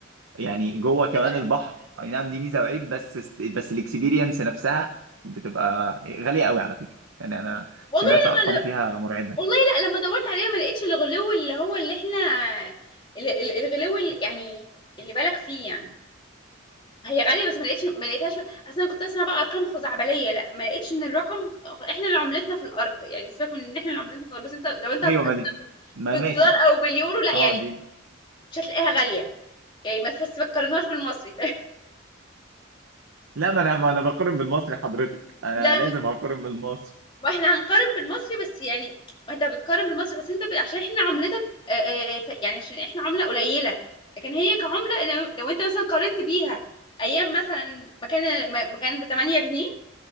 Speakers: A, on the right; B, on the left.
A: يعني جوه كمان
B: في البحر
A: البحر اي نعم دي ميزة وعيب بس بس الاكسبيرينس نفسها بتبقى غالية قوي على فكرة يعني انا
B: والله
A: سمعت ارقام
B: لما ل...
A: فيها مرعبة
B: والله لا لما دورت عليها ما لقيتش الغلو اللي هو اللي احنا ال- ال- الغلو اللي يعني اللي بالك فيه يعني هي غاليه بس ما لقيتش ما لقيتهاش بقى اصلا كنت اسمع بقى ارقام خزعبليه لا ما لقيتش ان الرقم احنا اللي عملتنا في الارض يعني سيبك من ان احنا اللي عملتنا في الارض بس انت لو انت هتقارن
A: ايوه ما دي ما
B: بالدولار
A: ماشي
B: او باليورو لا
A: اه
B: يعني
A: دي
B: مش هتلاقيها غاليه يعني ما بس ما تقارنهاش بالمصري <laughs>
A: لا ما انا ما انا بقارن بالمصري حضرتك انا
B: لا
A: لازم اقارن بالمصري
B: واحنا هنقارن بالمصري بس يعني انت بتقارن بالمصري بس انت ب... عشان احنا عملتك آه، آه، آه، ف- يعني عشان احنا عملة قليلة لكن هي كعملة لو, لو انت مثلا قارنت بيها ايام مثلا مكان م- مكان ب 8 جنيه